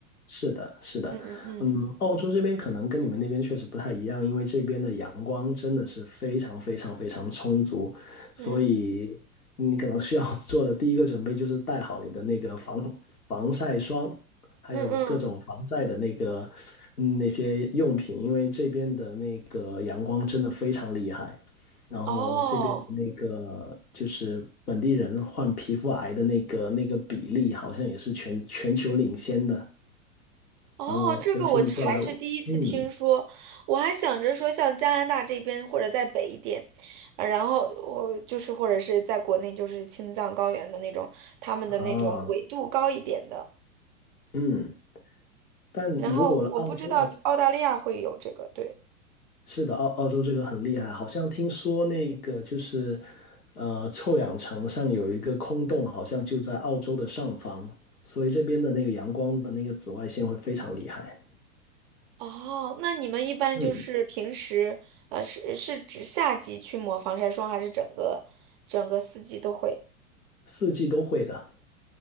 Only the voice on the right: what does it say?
嗯嗯嗯
嗯
嗯嗯，
哦。哦，
这个我还是第一次听说，
我还想着说像加拿大这边或者再北一点，呃然后我就是或者是在国内就是青藏高原的那种，他们的那种纬度高一点的，
然后我不知道澳大利亚会有这个，对。
哦，那你们一般就是平时，
呃，是是指夏季去抹防晒霜，还是整个整个四季都会？